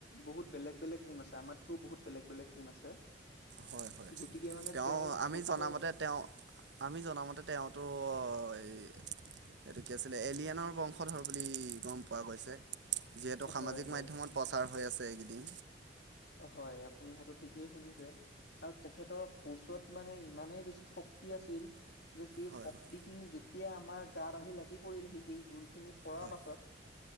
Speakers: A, on the left; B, on the right.
A: বহুত বেলেগ-বেলেগ গুণ আছে আমাত কওঁ বহুত বেলেগ-বেলেগ গুণ আছে
B: হয়-হয়
A: গতিকে মানে
B: তেওঁ
A: তেওঁৰ
B: আমি
A: সুচত
B: জনামতে তেওঁ আমি জনামতে তেওঁতো এই এইটো কি আছিলে এলিয়েনৰ বংশধৰ বুলি গ'ম পোৱা গৈছে। যিহেতু সামাজিক
A: হয় হয়
B: মাধ্যমত প্ৰচাৰ হৈ আছে একেদিন
A: অ, হয় আপুনি সেইটো ঠিকে শুনিছে। আৰু তেখেতৰ শৌচত মানে ইমানে বেছি শক্তি আছিল যে সেই
B: হয়
A: শক্তি
B: হয়
A: খিনি যেতিয়া আমাৰ গাত আহি লাগি পৰিল সি সেই জোল খিনি পৰা
B: হয়
A: পাছত